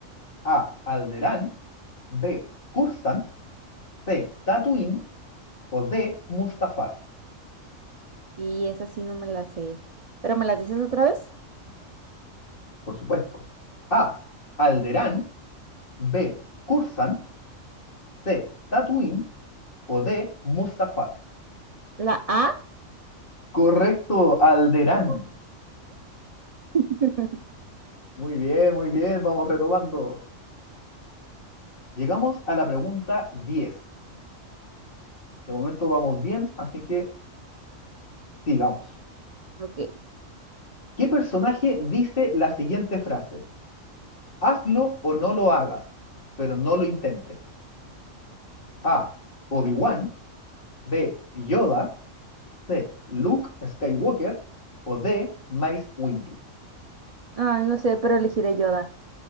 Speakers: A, on the left (about 40°); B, on the right (about 70°).
A: A. Alderaan. B. Coruscant, C. Tatooine. O D. Mustafar.
B: Y esa sí no me la sé. ¿Pero me las dices otra vez?
A: Por supuesto. A. Alderaan. B. Coruscant. C. Tatooine o D. Mustafar.
B: ¿La A?
A: Correcto, Alderán.
B: Ujú. <laughs>
A: Muy bien, muy bien, vamos retomando. Llegamos a la pregunta 10. De momento vamos bien, así que sigamos.
B: Ok.
A: ¿Qué personaje dice la siguiente frase? Hazlo o no lo hagas, pero no lo intentes. A. Obi-Wan. B. Yoda. C. Luke Skywalker. O D. Mace Windu.
B: Ay, no sé, pero elegiré Yoda.